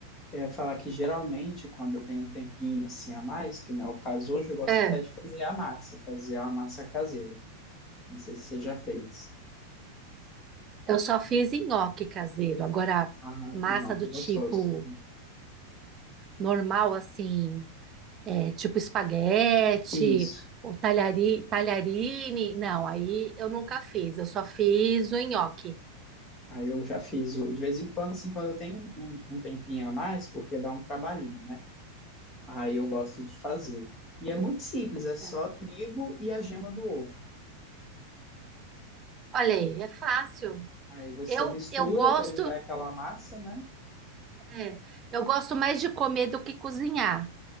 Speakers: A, on the left; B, on the right.
A: É falar que geralmente, quando eu tenho um tempinho assim a mais, que não é o caso hoje, eu gosto
B: É,
A: até de fazer a massa, fazer a massa caseira. Não sei se você já fez.
B: eu só fiz nhoque caseiro. Agora,
A: Ah,
B: massa
A: nhoque
B: do
A: é gostoso.
B: tipo normal, assim, é, tipo espaguete,
A: Isso.
B: ou talhari, talharine. Não, aí eu nunca fiz, eu só fiz o nhoque.
A: Aí eu já fiz o- de vez em quando, assim, quando eu tenho um, um tempinho a mais, porque dá um trabalhinho, né? Aí eu gosto de fazer. E é muito simples, é só
B: É.
A: trigo e a gema do ovo.
B: Olha aí, é fácil.
A: Aí você
B: Eu,
A: mistura
B: eu gosto,
A: até virar aquela massa, né?
B: é, eu gosto mais de comer do que cozinhar.